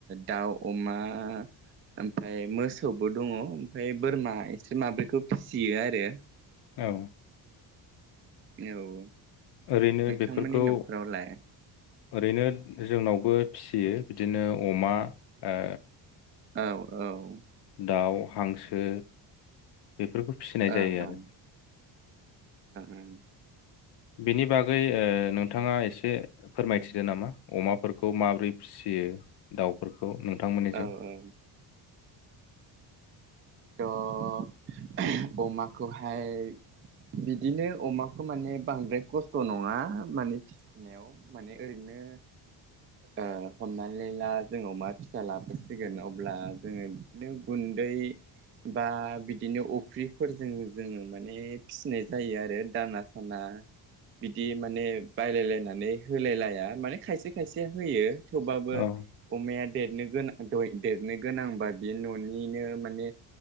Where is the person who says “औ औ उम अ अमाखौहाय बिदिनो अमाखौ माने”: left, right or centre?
Right